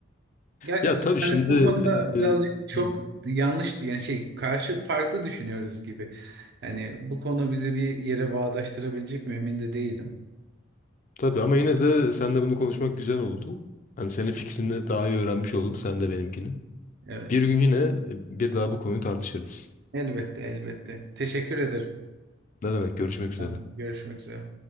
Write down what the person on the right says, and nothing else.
Gerçi
biz
hani
bu konuda
birazcık
çok
yanlış yani şey karşı farklı düşünüyoruz gibi. Yani bu konu bizi bir yere bağdaştırabilecek mi emin de değilim.
Evet.
Elbette elbette. Teşekkür ederim.
Tamam, Görüşmek üzere.